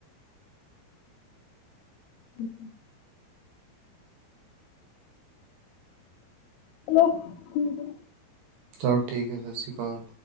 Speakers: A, on the left; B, on the right.
A: ਹੁਂ-ਹੁਂ। ਚਲੋ, ਠੀਕ ਹੈ।
B: ਚਲ ਠੀਕ ਏ, ਸਤਿ ਸ਼੍ਰੀ ਅਕਾਲ।